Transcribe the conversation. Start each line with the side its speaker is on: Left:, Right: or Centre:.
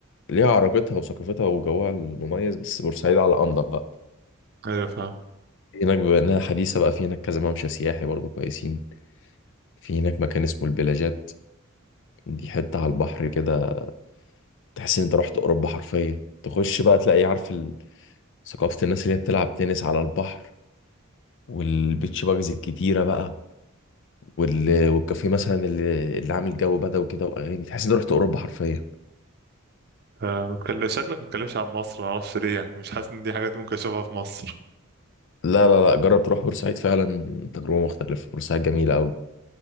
Left: ليها عراقتها وثقافتها وجوها المميز بس بورسعيد على انضف بقى
Right: ايوه فاهم
Left: هناك بما انها حديثه بقى في هناك كذا ممشى سياحي برضو كويسين في هناك مكان اسمه البلاجات دي حته على البحر كده تحس ان انت رحت اوروبا حرفيا تخش بقى تلاقي عارف ال- ثقافه الناس اللي هي بتلعب تنس على البحر والبيتش باجز الكتيره بقى وال... والكافيه مثلا اللي, اللي عامل جو بدوي كده واغاني تحس ان انت رحت اوروبا حرفيا
Right: آه، بتكلم شكلك ما بتتكلمش عن مصر معرفش ليه يعني مش حاسس ان دي حاجات ممكن اشوفها في مصر
Left: لا لا لا جرب تروح بورسعيد فعلا تجربة مختلفة بورسعيد جميلة أوي